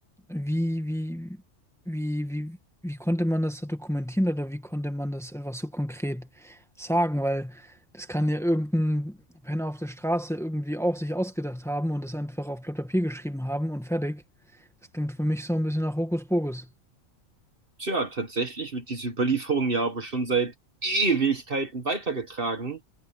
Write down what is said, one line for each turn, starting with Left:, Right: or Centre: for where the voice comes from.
Centre: wie, wie, wie, wie, wie konnte man das da dokumentieren oder wie konnte man das einfach so konkret sagen? Weil das kann ja irgendein Penner auf der Straße irgendwie auch sich ausgedacht haben und das einfach auf Blatt Papier geschrieben haben und fertig. Das klingt für mich so ein bisschen nach Hokuspokus.
Right: Tja, tatsächlich wird diese Überlieferung ja aber schon seit Ewigkeiten weitergetragen.